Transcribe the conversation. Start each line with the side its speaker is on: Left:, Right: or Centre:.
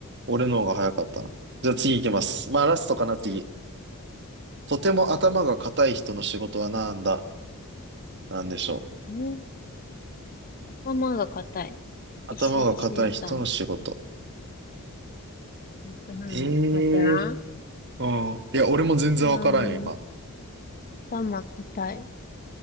Right: 俺の方が早かったな。じゃあ次行きます。
Left: うん。
Right: まあラストかな、次。
Left: う
Right: とても頭が固い人の仕事はなんだなんでしょう。
Left: ん。ん頭が硬い。
Right: 頭が固い人の仕事。
Left: 石、石頭。えっとな。
Right: ええ
Left: 待ってな。
Right: うん。いや、俺も全然わからんよ、
Left: うーん、
Right: 今。
Left: 頭硬い。